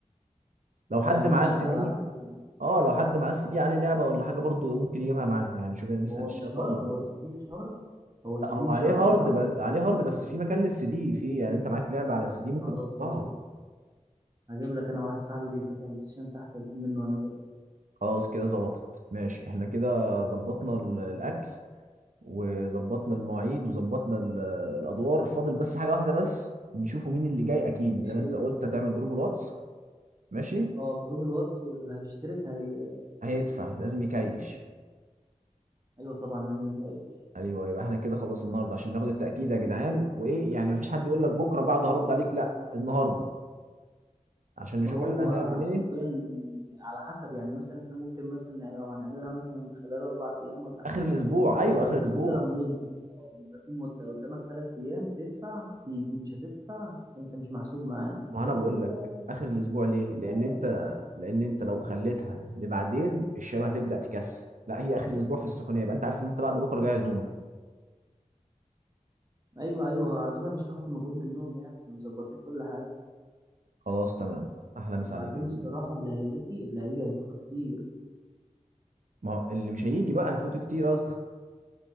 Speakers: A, on the right (about 80°); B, on the right (about 30°).
A: لو
B: اه
A: حد
B: يعني
A: معاه
B: هو مش
A: السي
B: على الالعاب
A: دي
B: كلها
A: اه لو حد معاه السي دي عليه لعبه ولا حاجه برضه ممكن يجيبها معاه يعني شوف يعني نسال
B: هو
A: الشباب
B: مش هارد
A: برضه عن
B: هو
A: الجروب
B: سي دي مش هارد هو سي
A: لا هو
B: دي مش
A: عليه
B: هارد
A: هارد
B: صح؟
A: ب... عليه هارد بس في مكان للسي دي في يعني انت معاك لعبه على السي دي ممكن
B: خلاص
A: تحطها
B: هجيب لك هجيب لك انا واحد صاحبي فاتح بلاي ستيشن تحت اجيب منه وانا
A: خلاص كده ظبطت ماشي احنا كده ظبطنا ال- الاكل وظبطنا المواعيد وظبطنا ال- الادوار فاضل بس حاجه واحده بس نشوفوا مين اللي جاي اكيد
B: جاي
A: زي ما انت قلت هتعمل جروب الواتس ماشي
B: اه جروب الواتس واللي هيشترك هي...
A: هيدفع
B: هيجي
A: لازم يكايش
B: ايوه طبعا لازم يتعيش
A: ايوه يبقى احنا كده خلاص النهارده عشان ناخد التاكيد يا جدعان وايه يعني مفيش حد يقول لك بكره بعد هرد عليك لا النهارده عشان
B: ما
A: نشوف
B: هو
A: احنا هنعمل ايه
B: حرفيا على حسب يعني مثلا احنا ممكن مثلا لو هنعملها مثلا خلال اربع ايام ولا حاجه
A: اخر الاسبوع ايوه
B: يبقى
A: اخر الاسبوع
B: في مثلا مده آه، يبقى في مده قدامك ثلاث ايام تدفع تيجي مش هتدفع انت مش محسوب معانا
A: ما انا
B: بس
A: بقول
B: ال-
A: لك اخر الاسبوع ليه
B: الساعات
A: لان انت
B: يعني
A: لان انت لو خليتها لبعدين الشباب هتبدا تكسل لا هي اخر الاسبوع في السخونيه يبقى انت عارف ان انت بعد بكره جاي عزومه
B: ايوه ايوه على فكره مش هتاخد مجهود منهم يعني احنا مظبطين كل حاجه
A: خلاص تمام احلى مسا
B: وبعدين
A: عليك يا
B: الصراحه
A: زميلي
B: اللي هيجي اللي هيجي هيفوتوا كتير
A: ما هو اللي مش هيجي بقى هيفوتوا كتير قصدك